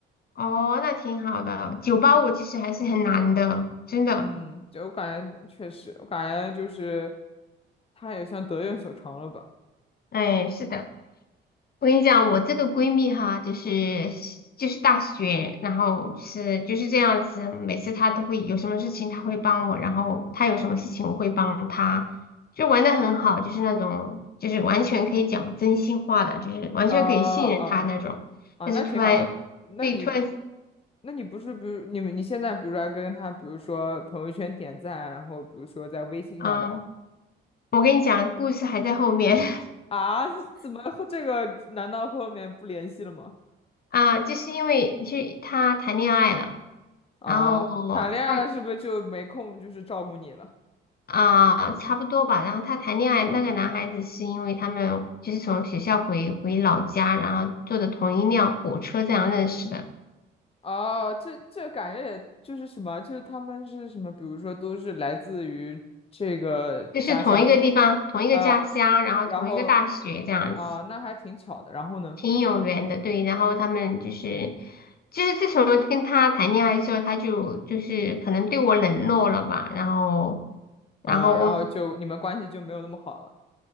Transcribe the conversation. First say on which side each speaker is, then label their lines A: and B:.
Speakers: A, on the left; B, on the left.
A: 哦，那挺好的。九八五其实还是很难的，真的。
B: 嗯，就我感觉确实，我感觉就是他也算得有所长了吧。
A: 哎，是的，我跟你讲，我这个闺蜜哈，就是就是大学，然后是就是这样子，每次她都会有什么事情，她会帮我，然后她有什么事情，我会帮她，就玩的很好，就是那种就是完全可以讲真心话的，就是完全可以信任她那种。
B: 啊啊啊！
A: 但是突然，
B: 那挺好的。那你，
A: 对，突然。
B: 那你不是，比如你们，你现在比如说还跟他，比如说朋友圈点赞，然后比如说在微信上聊吗？
A: 嗯，我跟你讲，故事还在后面 <laughs>
B: 啊，<laughs> 怎么后这个？难道后面不联系了吗？
A: 啊，就是因为去他谈恋爱了，
B: 哦，
A: 然后他
B: 谈恋爱了是不是就没空就是照顾你了？
A: 啊差不多吧，然后他谈恋爱那个男孩子是因为他们就是从学校回回老家，然后坐的同一辆火车这样认识的，
B: 哦，这这感觉也就是什么，就是他们是什么，比如说都是来自于这个家乡
A: 就是同一个地方、同一个家乡，
B: 啊，
A: 然后同一个大学这样子，
B: 然后啊，那还挺巧的。然后呢？
A: 挺有缘的，对，然后他们就是。就是自从跟他谈恋爱之后，他就就是可能对我冷落了吧，然后，然后我
B: 啊，然后就你们关系就没有那么好了